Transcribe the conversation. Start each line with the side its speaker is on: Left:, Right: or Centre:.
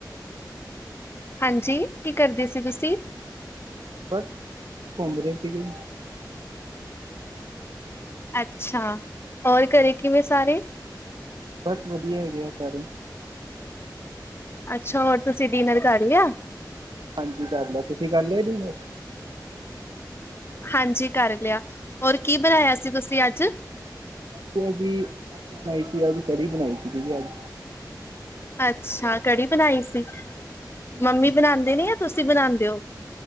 Left: ਹਾਂਜੀ। ਕੀ ਕਰਦੇ ਸੀ ਤੁਸੀਂ?
Right: ਬਸ ਘੁੰਮ ਰਹੇ ਸੀਗੇ।
Left: ਅੱਛਾ। ਔਰ
Right: ਹਾਂਜੀ
Left: ਘਰੇ ਕਿਵੇਂ ਸਾਰੇ?
Right: ਬਸ ਵਧੀਆ ਹੈਗੇ ਆ ਸਾਰੇ।
Left: ਅੱਛਾ, ਹੋਰ ਤੁਸੀਂ ਡਿਨਰ ਕਰ ਲਿਆ?
Right: ਹਾਂਜੀ, ਕਰ ਲਿਆ ਤੁਸੀਂ ਕਰ ਲਿਆ ਡੀਨਰ।
Left: ਹਾਂਜੀ, ਕਰ ਲਿਆ। ਹੋਰ ਕੀ ਬਣਾਇਆ ਸੀ ਤੁਸੀਂ ਅੱਜ?
Right: ਅਸੀ ਜੀ ਬਣਾਈ ਸੀ ਅਜ ਕੜੀ ਬਣਾਈ ਸੀ ਅੱਜ।
Left: ਅੱਛਾ, ਕੜੀ ਬਣਾਈ ਸੀ।
Right: ਹਾਂਜੀ
Left: ਮੰਮੀ ਬਣਾਦੇ ਨੀ ਆ ਤੁਸੀ। ਤੁਸੀਂ ਬਣਾਉਂਦੇ ਔ?